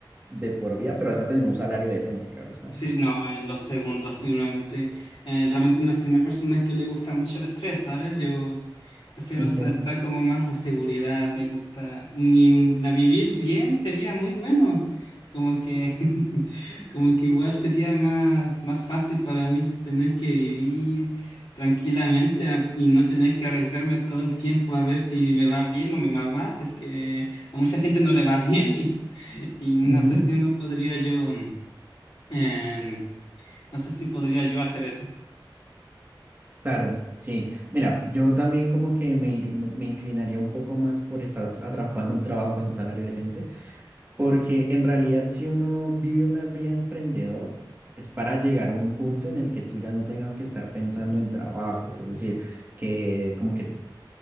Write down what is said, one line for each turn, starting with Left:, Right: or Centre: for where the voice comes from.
Right: de por vida, pero vas a tener un salario decente, claro está.
Left: Sí, no, en los segundos, seguramente. Eh, realmente no soy una persona que le gusta mucho el estrés, ¿sabes? Yo prefiero
Right: Ok,
Left: estar, estar como más la seguridad, me gusta. ni- la vivir bien sería muy bueno. Como que, <laughs> como que igual sería más, más fácil para mí tener que vivir tranquilamente a- y no tener que arriesgarme todo el tiempo a ver si me va bien o me va mal, porque a mucha gente no le va bien y, <laughs> y no
Right: ujú,
Left: sé si uno podría yo. mm, em, no sé si podría yo hacer eso.
Right: Claro, sí. Mira, yo también como que me, ir- me me inclinaría un poco más por estar atrapado en un trabajo con un salario decente, porque en realidad si uno vive una vida emprendedor, es para llegar a un punto en el que tú ya no tengas que estar pensando en trabajo, es decir, que como que,